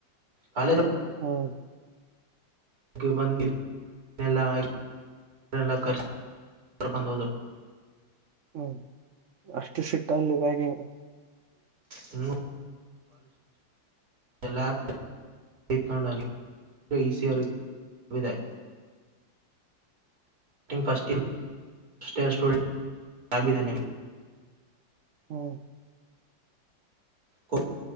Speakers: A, on the right (about 45°); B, on the right (about 65°).
A: ಕಾಲೇಜ್
B: ಹ್ಮ್
A: ಹಾಗೆ ಬಂದಿ ನೆಲ್ಲ ಹಾಗೆ ಎಲ್ಲಾ ಕರ್ಸಿ ಕರ್ಕೊಂಡ ಹೊದ್ರು
B: ಹ್ಮ್ ಅಷ್ಟ ಸಿಟ್ಟ ಕಲ್ಲು ಬಾಗಿನ
A: ಹ್ಮ್ ಲ್ಯಾಪ್ಟಾಪ್ಪ್ ಇಟ್ಕೊಂಡು ಹೋಗಿ ಈಸಿಯಾಗಿ ಇದೆ ಸ್ಟಾರ್ಟಿಂಗ್ ಫಸ್ಟ್ ಇಯರ್ ಸ್ಟುಡೆಂಟ್ ಅಭಿದನ್ಯ
B: ಹ್ಮ್
A: ಓ